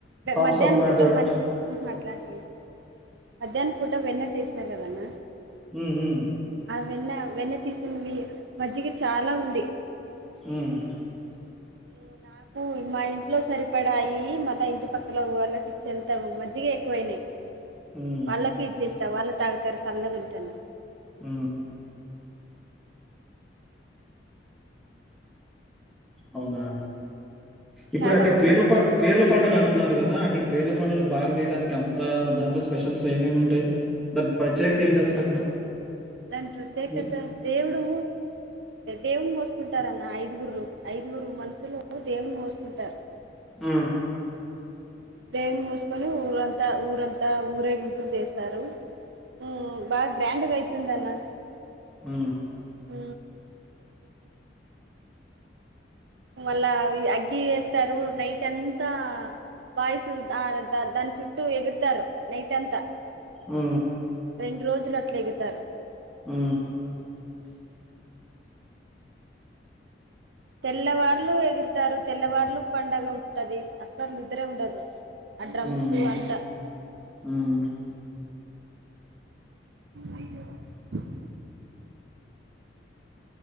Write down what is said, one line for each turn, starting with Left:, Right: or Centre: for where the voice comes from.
Centre: థమ్స్
Right: మధ్యాహ్నం
Centre: అప్ లాంటివి
Right: పూట
Centre: అట్లా
Right: అట్లాంటి మధ్యాహ్నం పు టా వెన్న చేసినా కదన్న
Centre: ఉహు
Right: ఆ వెన్న వెన్న తీసింది మజ్జిగ చాలా ఉంది
Centre: ఉమ్
Right: ఉమ్, నాకు మా ఇంట్లో సరిపడాయి మళ్ళ ఇంటి పక్కల వాళ్ళకిళ్తాం మజ్జగ ఎక్కువయినాయి
Centre: ఉమ్
Right: వాళ్ళకి ఇచ్చేస్తా వాళ్ళ తాగుతారు తల్లది ఉంటుంది
Centre: ఉ అవునా ఇప్పుడు
Right: చాలా
Centre: అక్కడ
Right: మంచిగా
Centre: పేర్ల
Right: ఉంది
Centre: పేర్ల పండుగ అంటున్నారు కదా అక్కడ పేర్ల పండులు బాగా చేయడానికి అంత దాంట్లో స్పెషల్స్ ఏమేమి ఉంటాయి దా ప్రత్యేకత ఏంటి అసలు అక్కడ
Right: దాని ప్రత్యేకత
Centre: ఉమ్
Right: దేవుడు దేవు కుంటారున్న ఐదుగురులు ఐదుగురు మనుసులు దేవుని మోసుకుంటారు
Centre: ఆ
Right: దేని మూసుకొని ఊరంతా ఊరంతా ఊరేగింపులు చేస్తారు హ బా గ్రాండ్గా అయితుందీ అన్న
Centre: హ
Right: ఉ మళ్ళా అగ్గి వేస్తారు నైట్ అంతా బాయిస్ ఆ ద దాని చుట్టూ ఎగురుతారు నైట్ అంతా
Centre: ఆ
Right: రెండు రోజులు అట్ల ఎగుతారు
Centre: ఆ
Right: తెల్లవారులు ఎగురుతారు తెల్లవారులు పండగ ఉంటది అసలు నిద్రే ఉండదు ఆ డ్రమ్సు
Centre: హ్మ్
Right: అంత
Centre: హ్మ్
Right: అ